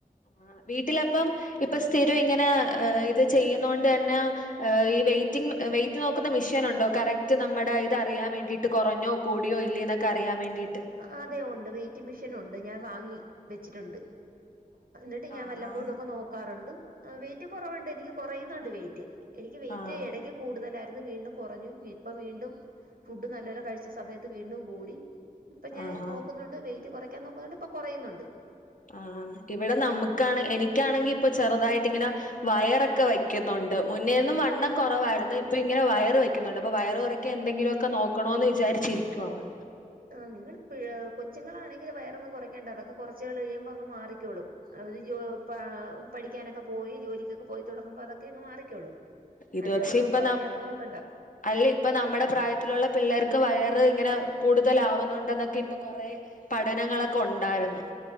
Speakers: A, on the left; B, on the right.
A: ആഹ് വീട്ടിലപ്പം ഇപ്പൊ സ്ഥിരം ഇങ്ങനെ ഇത് ചെയ്യുന്ന കൊണ്ടന്നെ ഹേ ഇ വെയിറ്റിംഗ് വെയിറ്റ് നോക്കുന്ന മിഷേനുണ്ടോ കറക്റ്റ് നമ്മടെ ഇത് അറിയാൻ വേണ്ടി ട്ട് കുറഞ്ഞോ കൂടിയോ ഇല്ലേന്നൊക്കെ അറിയാൻ വേണ്ടീട്ട്
B: അതെ ഉണ്ട് വെയ്റ്റിംഗ് മെഷീനുണ്ട് ഞാൻ വാങ്ങി വെച്ചിട്ടുണ്ട്. എന്നിട്ട് ഞാൻ
A: ആഹ്
B: വല്ലപ്പോഴുക്കെ
A: ആഹ്
B: നോക്കാറുണ്ട് വെയിറ്റ് കുറവുണ്ട് എനിക്ക് കുറയുന്നുണ്ട് വെയിറ്റ്. എനിക്ക് വെയിറ്റ്
A: ആഹ്
B: എടയ്ക്ക് കൂടുതലായിരുന്നു വീണ്ടും കുറഞ്ഞു ഇപ്പ വീണ്ടും ഫുഡ് നല്ലോല കഴിച്ച സമയത്ത് വീണ്ടും കൂടി. ഇപ്പ ഞാൻ
A: ആഹാ
B: നോക്കുന്നുണ്ട് വെയിറ്റ് കുറയ്ക്കാൻ നോക്കുന്നുണ്ട് ഇപ്പം കുറയുന്നുണ്ട്.
A: ആഹ് ഇവടെ നമ്മക്കാണെ എനിക്കാണെങ്കി ഇപ്പൊ ചെറുതായിട്ടിങ്ങനെ വയറക്കെ വയ്ക്കുന്നുണ്ട് മുന്നേന്നും വണ്ണം കൊറവായിരുന്നു ഇപ്പ ഇങ്ങനെ വയറ് വെക്കുന്നുണ്ട് അപ്പൊ വയറ് കൊറ ക്കെ എന്തെങ്കിലുക്കെ നോക്കണോന്ന് വിചാരിച്ചിരിക്കുവാണ്.
B: ആഹ് നിങ്ങൾ ഇപ്പഴ് കൊച്ചുങ്ങളാണെങ്കിൽ വയറൊന്നും കുറയ്ക്കേണ്ട അതൊക്കെ കൊറച്ച് നാള് കഴിയുമ്പോ അങ്ങ് മാറിക്കോളും. അവര് ജോ പ പഠിക്കാനൊക്കെ പോയി ജോലിക്കൊക്കെ പോയി തുടങ്ങുമ്പോ അതൊക്കെ അങ്ങ് മാറിക്കോളും.
A: ഇത്
B: അല്ലാതെ
A: പക്ഷെ
B: നമ്മള്
A: ഇപ്പൊ
B: കൊറക്കാനൊന്നും
A: ന
B: നോക്കണ്ട.
A: അല്ല ഇപ്പ നമ്മടെ പ്രായത്തിലുള്ള പിള്ളേർക്ക് വയറ് ഇങ്ങനെ കൂടുതലാവുന്നുണ്ടെന്നൊക്കെ ഇപ്പം കൊറേ പഠനങ്ങളൊക്കെ ഉണ്ടായിരുന്നു.